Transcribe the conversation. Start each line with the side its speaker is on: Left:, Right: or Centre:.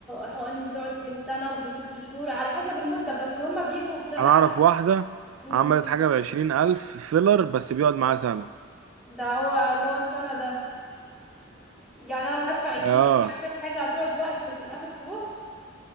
Centre: حقن تقعد بالسنه وبست شهور على حسب المده بس هما بيجوا بتاع
Right: انا
Centre: اخر
Right: اعرف واحدة
Centre: مم،
Right: عملت حاجة بعشرين الف فيلر بس بيقعد معاها سنة
Centre: ده هو اللي هو السنه ده يعني انا اروح ادفع 20000
Right: اه
Centre: عشان حاجه هتقعد وقتي وفي الاخر تروح